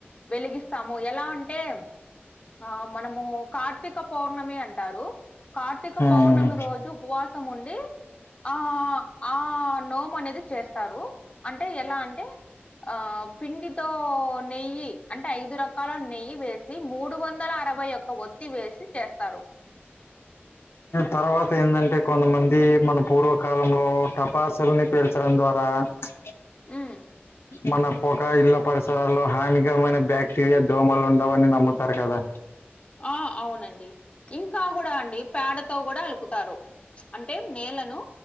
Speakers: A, on the left; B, on the left.
A: వెలిగిస్తాము ఎలా అంటే ఆ మనము కార్తీక పౌర్ణమి అంటారు కార్తీక
B: ఉమ్.
A: పౌర్ణమి రోజు ఉపవాసం ఉండి ఆ ఆ నోము అనేది చేస్తారు అంటే ఎలా అంటే ఆ పిండితో నెయ్యి అంటే ఐదు రక్ అలా నెయ్యి వేసి మూడు వందల అరవై యొక్క ఒత్తి వేసి చేస్తారు
B: తర్వాత ఏన్దంటే కొంతమంది మన పూర్వకాలంలో టపాసుల్ని పేల్చడం ద్వారా చ్
A: ఉమ్
B: మన పొక ఇళ్ళ పరిసరాల్లో హానికరమైన బ్యాక్టీరియా దోమలు ఉండవని నమ్ముతారు కదా
A: ఆ అవునండి ఇంకా కూడా అండి పేడతో కూడా అలుకుతారు అంటే నేలను